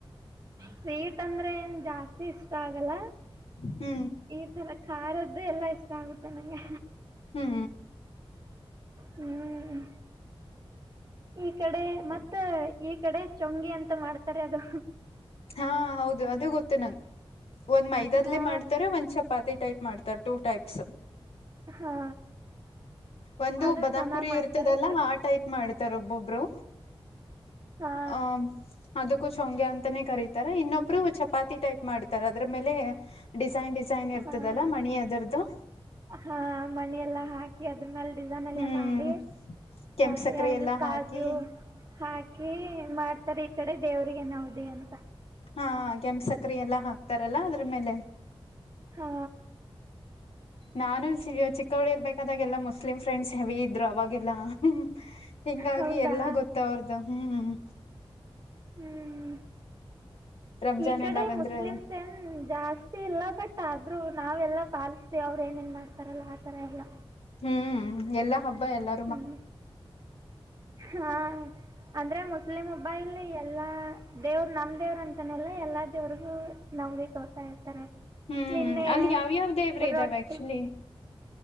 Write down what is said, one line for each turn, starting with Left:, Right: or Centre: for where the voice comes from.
Right: ಸೀಟ್ ಅಂದ್ರೆ ಏನ್ ಜಾಸ್ತಿ ಇಷ್ಟ ಆಗಲ್ಲ
Left: ಹ್ಮು.
Right: ಈ ತರ ಖಾರದ್ದ ಎಲ್ಲಾ ಇಷ್ಟ ಆಗುತ್ತೆ ನಂಗೆ
Left: ಹ್ಮೂ.
Right: ಹ್ಮ್ ಈ ಕಡೆ ಮತ್ತ ಈ ಕಡೆ ಶೊಂಗಿ ಅಂತ ಮಾಡ್ತಾರೆ ಅದು
Left: ಹಾ ಹೌದು ಅದು ಗೊತ್ತು ನಂಗೆ ಒಂದ್ ಮೈದಾದ್ಲೆೇ
Right: ಹಾ
Left: ಮಾಡ ತರ ಒಂದ್ ಚಪಾತಿ ಟೈಪ್ ಮಾಡ್ತಾರೆ ಟೂ ಟೈಪ್ಸ್
Right: ಹಾ
Left: ಒಂದು
Right: ಅದು
Left: ಬದಾಮ್
Right: ಚೆನ್ನಾಗ್
Left: ಪುರಿ
Right: ಮಾಡ್ತಾರೆ
Left: ಇರ್ತದಲ್ಲಾ
Right: ಈ ಕಡೆ
Left: ಆ ಟೈಪ್ ಮಾಡ್ತಾರ ಒಬ್ಬೊಬ್ರು
Right: ಹಾ
Left: ಹ ಅದಕ್ಕೂ ಶಂಗೆ ಅಂತಾನೇ ಕರೀತಾರ ಇನ್ನೊಬ್ರು ಚಪಾತಿ ಟೈಪ್ ಮಾಡ್ತಾರ ಅದ್ರ ಮೇಲೆ ಡಿಸೈನ್ ಡಿಸೈನ್ ಇರ್ತದಲ್ಲಾ
Right: ಹಾ
Left: ಮಣಿ ಅದರದ್ದು
Right: ಹಾ ಮನ ಎಲ್ಲಾ ಹಾಕಿ ಅದ್ರ ಮ್ಯಾಲ ಡಿಸನ್ಲಮಾಡಿ
Left: ಹ್ಮ್ ಕೆಂಪ್
Right: ಹ
Left: ಸಕ್ಕರೆ
Right: ಯಾರು
Left: ಎಲ್ಲಾ
Right: ಕಾಜು
Left: ಹಾಕಿ
Right: ಹಾಕಿ ಮಾಡ್ತಾರೆ ಈ ಕಡೆ ದೇವ್ರಿಗೆ ನೌದಿ ಅಂತ
Left: ಹಾ ಕೆಂ ಸಕರೆ ಎಲ್ಲ ಹಾಕ್ತಾರಲ್ಲ ಅದ್ರ ಮೇಲೆ
Right: ಹಾ
Left: ನಾನು ಚಿಕ್ಕೋಳ್ಳಿ ಇರ್ ಬೇಕಾದಾಗ ಎಲ್ಲ ಮುಸ್ಲಿಂ ಫ್ರೆಂಡ್ಸ್ ಹೆವಿ ಇದ್ರು ಅವಾಗ ಲ್ಲಹಿಂಗಾಗಿ
Right: ಹೌದಾ
Left: ಎಲ್ಲಾ ಗೊತ್ತ ಅವ್ರದು ಹ್ಮ್
Right: ಹ್ಮ್
Left: ರಂಜಾನ್
Right: ಈ ಕಡೆ
Left: ಎಲ್ಲಾ ಬಂದ್ರೆ
Right: ಮುಸ್ಲಿಮ್ಸ್ ಏ ಹ್ಮ್ ಜಾಸ್ತಿ ಇಲ್ಲ ಬಟ್ ಆದ್ರೂ ನಾವೆಲ್ಲ ಪಾಲಿಸ್ತೀವಿ ಅವ್ ಏನೇನ್ ಮಾಡ್ತಾರಲ್ಲ ಆತರ ಎಲ್ಲ
Left: ಹ್ಮ್ ಎಲ್ಲಾ ಹಬ್ಬ ಎಲ್ಲಾ
Right: ಹ್ಮ್ ಹಾ ಅಂದ್ರೆ ಮುಸ್ಲಿಮ ಹಬ ಇಲ್ಲಿ ಎಲ್ಲಾ ದೇವ್ರ ನಮ್ ದೇವ್ರ ಅಂತಾನಲ್ಲ ಎಲ್ಲಾ ದೇವ್ರಿಗೂ ನವಲಿ ತೋತಾ ಇರ್ತಾರೆ
Left: ಹ್ಮ್
Right: ನಿನ್ನೆ
Left: ಅಲ್ಲಿ ಯಾವ್ಯಾವ ದೇವ್ರ ಇದಾವೆ
Right: ರೊಟ್ಟಿ
Left: ಆಕ್ಚುಲಿ